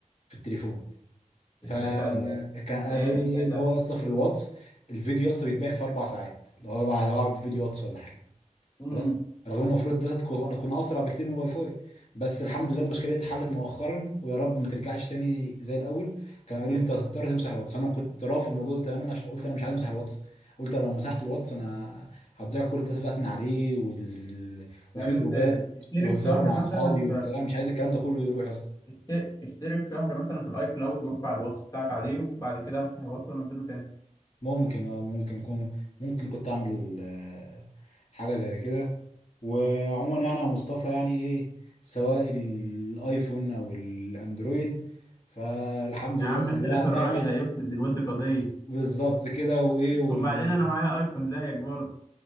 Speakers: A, on the left; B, on the left.
A: في التليفون فكان
B: الداتا
A: قالوا
B: اللي هي ايه الداتا
A: لي ان هو يا اسطى في الواتس الفيديو يا اسطى بيتباع في اربع ساعات لو انا بقى هلعب فيديو واتس ولا حاجه
B: امم
A: خلاص رغم ان المفروض ده تكون تكون اسرع بكتير من الواي فاي بس الحمد لله المشكله دي اتحلت مؤخرا ويا رب ما ترجعش تاني زي الاول كان قال لي انت هتضطر تمسح الواتس انا كنت رافض الموضوع ده تماما عشان قلت انا مش عايز امسح الواتس قلت لو مسحت الواتس انا هتضيع كل الداتا بتاعتي من عليه وال...
B: لازم
A: وفي جروبات
B: ت- تشترك
A: وهزار
B: شهر
A: مع
B: مثلا
A: اصحابي وبتاع مش عايز الكلام ده كله يروح يا اسطى
B: اشت- اشترك شهر مثلا في الاي كلاود وارفع الواتس بتاعك عليه وبعد كده افتح الواتس وانزله تاني
A: ممكن اه ممكن كون ممكن كنت اعمل آه، حاجه زي كده وعموما يعني يا مصطفى يعني ايه سواء الايفون او الاندرويد فالحمد
B: يا
A: لله
B: عم اختلاف
A: كلها
B: الرأي
A: نعمه
B: لا يفسد للود قضية
A: بالظبط كده وايه وال
B: وبعدين أنا معايا أيفون زيك برضه